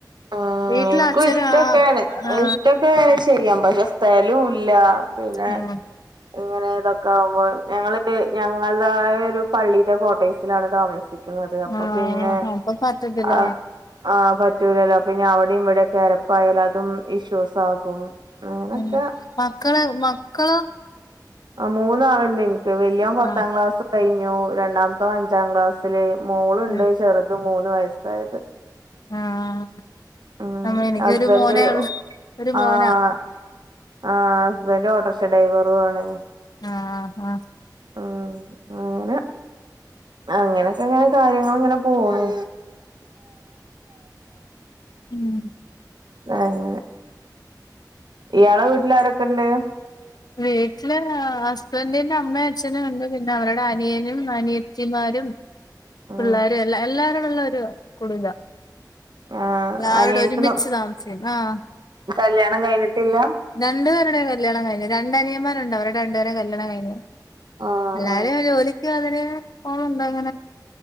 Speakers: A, on the right; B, on the left.
A: ഉം
B: വീട്ടില്
A: എനിക്കും
B: അച്ഛന്
A: ഇഷ്ടമൊക്കെയാണ്
B: ആ ആ
A: ഇഷ്ടൊക്കെ ചെയ്യാം പക്ഷെ സ്ഥല്ല ഇല്ല പിന്നെ
B: ഉം
A: ഇങ്ങനെ ഇതൊക്കെ ആകുമ്പോ ഞങ്ങ ഞങ്ങളതായ ഒരു പള്ളിയുടെ കോട്ടഴ്സിലാണ് താമസുന്നത് നിക്കുന്നത് അപ്പൊ
B: ആഹ്
A: പിന്നെ
B: അപ്പൊ പറ്റത്തില്ല
A: ആഹ് ആഹ് പറ്റൂലല്ലോ പിന്നെ അവിടെയും ഇവിടെ കെരപ്പായാലും അതും ഇഷ്യൂസ് ആകും അങ്ങനൊക്കെ
B: ഉം മക്കള് മക്കളോ
A: ആഹ് മൂന്നാളുണ്ട് എനിക്ക് വല്യയോൻ പത്താം
B: ആഹ്
A: ക്ലാസ് കഴിഞ്ഞു രണ്ടാമത്തവൻ അഞ്ചാം ക്ലാസ് മോളുണ്ട്
B: ഉം
A: ചെറുതും മൂന്ന് വയസ്സായത്
B: ആഹ്
A: ഉം
B: നമ്മ എനിക്കൊരു
A: ഹസ്ബൻ്റ്
B: മോനേ ഉള്ളു ഒരു മോനാ
A: ആഹ് ആഹ് ഹസ്ബന്റ് ഓട്ടോറിക്ഷാ ഡ്രൈവറു ആണ്
B: ആഹ് ആഹ്
A: ഉം അങ്ങനെ അങ്ങനെയൊക്കെ ഇങ്ങനെ കാര്യങ്ങള് ഇങ്ങനെ പോണ്
B: ഉം
A: അങ്ങനെ ഇയാളെ വീട്ടിൽ ആരൊക്കെ ഉണ്ട്
B: <inaudible> വീട്ടില് ഹസ്ബൻ്റിന്റെ അമ്മയും അച്ഛനും ഉണ്ട് പിന്നെ അവരുടെ അനിയനും അനിയത്തിമാരും
A: ഉം
B: പിള്ളേരും എല്ലാ എല്ലാരും ഒള്ള ഒരു കുടുംബാ
A: ആ
B: എല്ലാരും
A: അനിയന്റെ
B: ഇവിടെ ഒരുമിച്ച് താമസിക്കണ് ആഹ്
A: കല്യാണം കഴിഞ്ഞിട്ടില്ല
B: രണ്ടു പേരുടെ കല്യാണം കഴിഞ്ഞു രണ്ടനിയന്മാരുണ്ട് അവരുടെ രണ്ടുപേരുടെ കല്യാണം കഴിഞ്ഞു
A: ആ
B: എല്ലാരെയും
A: ആ
B: ജോലിക്ക് അവര് പോണുണ്ട് അങ്ങനെ